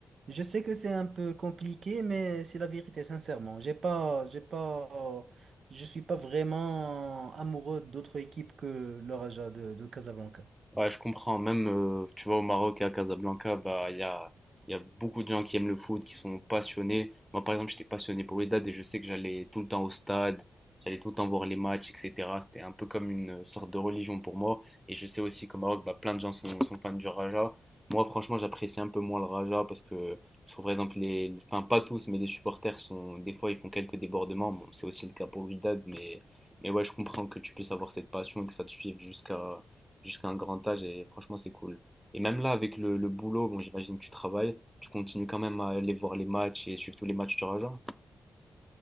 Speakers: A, on the right; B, in the centre.
A: Je sais que c'est un peu compliqué, mais c'est la vérité, sincèrement. J'ai pas j'ai pas je suis pas vraiment amoureux d'autres équipes que le Raja de, de Casablanca.
B: Ouais, je comprends. Même, euh, tu vois, au Maroc et à Casablanca, bah, il y a, il y a beaucoup de gens qui aiment le foot, qui sont passionnés. Moi, par exemple, j'étais passionné pour le Wydad et je sais que j'allais tout le temps au stade, j'allais tout le temps voir les matchs, etc. C'était un peu comme une sorte de religion pour moi. Et je sais aussi qu'au Maroc, bah, plein de gens sont, sont fans du Raja. Moi, franchement, j'apprécie un peu moins le Raja parce que, je trouve, par exemple, les, les- enfin, pas tous, mais les supporters sont, des fois, ils font quelques débordements. Bon, c'est aussi le cas pour le Wydad, mais, mais ouais, je comprends que tu puisses avoir cette passion et que ça te suive jusqu'à jusqu'à un grand âge et franchement, c'est cool. Et même là, avec le, le boulot, bon, j'imagine que tu travailles, tu continues quand même à aller voir les matchs et suivre tous les matchs du Raja.